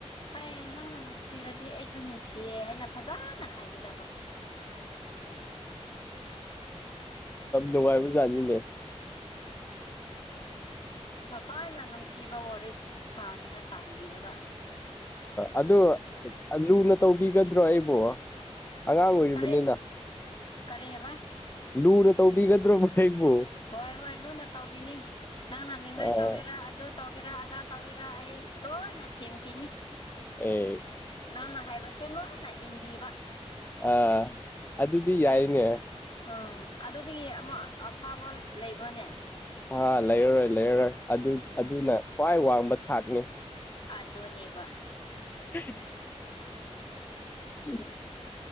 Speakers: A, on the left (about 50°); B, on the left (about 20°).
A: ꯑꯩ ꯅꯪꯅ ꯅꯨꯡꯁꯤꯔꯗꯤ ꯑꯩꯁꯨ ꯅꯨꯡꯁꯤꯌꯦ ꯍꯥꯏꯅ ꯐꯖꯅ ꯍꯥꯏꯒꯗꯕ
B: ꯑ ꯕꯥꯏꯕꯨ ꯅꯦꯦ
A: ꯉꯁꯥꯏ ꯑꯅ ꯅꯨꯡꯁꯤꯕ ꯋꯥꯔꯤ ꯁꯥꯅꯤꯡꯉꯥꯏ ꯇꯥꯟꯕꯤꯔꯒ
B: ꯑ ꯑꯗꯨ ꯂꯨꯅ ꯇꯧꯕꯤꯒꯗ꯭ꯔꯣ ꯑꯩꯕꯨꯣ ꯑꯉꯥꯡ ꯑꯣꯏꯔꯤꯕꯅꯤꯅ
A: ꯀꯔꯤ ꯀꯔꯤ ꯍꯥꯏꯕ
B: ꯂꯨꯅ ꯇꯧꯕꯤꯒꯗ꯭ꯔꯕ ꯑꯩꯕꯨ
A: ꯍꯣꯏ ꯍꯣꯏ ꯂꯨꯅ ꯇꯧꯕꯤꯅꯤ ꯅꯪꯅ ꯅꯤꯡꯉꯥꯏ
B: ꯑꯣ
A: ꯇꯧꯒꯦꯔ ꯑꯗꯨ ꯇꯧꯒꯦꯔꯥ ꯑꯗꯥ ꯇꯧꯒꯦꯔꯥ ꯑꯩ ꯂꯣꯏꯅ ꯊꯦꯝꯈꯤꯅꯤ
B: ꯑꯦ
A: ꯅꯪꯅ ꯍꯥꯏꯕ ꯁꯜꯣ ꯅ ꯏꯟꯗꯤ ꯋꯥ
B: ꯑꯥ ꯑꯗꯨꯗꯤ ꯌꯥꯏꯅꯦ
A: ꯑꯝ ꯑꯗꯨꯗꯒꯤ ꯑꯃꯨ ꯑꯐꯕ ꯂꯩꯕ꯭ꯔꯣꯅꯦ
B: ꯑ ꯂꯩꯔꯔꯣꯏ ꯂꯩꯔꯔꯣꯏ ꯑꯗꯨ
A: ꯎꯝ
B: ꯑꯗꯨꯅ ꯈ꯭ꯋꯥꯏ ꯋꯥꯡꯕ ꯊꯥꯛꯅꯤ
A: ꯑꯗꯣꯅꯦꯕ
B: ꯍꯦ ꯍꯦ